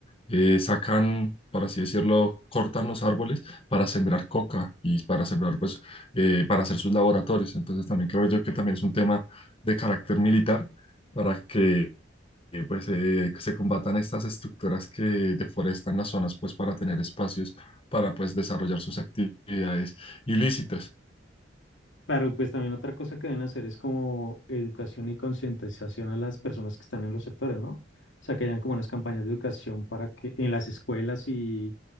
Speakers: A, on the left (about 30°); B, on the left (about 75°).
A: Eh, sacan, por así decirlo, cortan los árboles para sembrar coca y para sembrar, pues, eh, para hacer sus laboratorios. Entonces también creo yo que también es un tema de carácter militar para que, eh, pues, eh, que se combatan estas estructuras que deforestan las zonas, pues, para tener espacios para, pues, desarrollar sus actividades ilícitas.
B: Claro, y pues también otra cosa que deben hacer es como educación y concientización a las personas que están en los sectores, ¿no? O sea, que hayan como unas campañas de educación para que en las escuelas y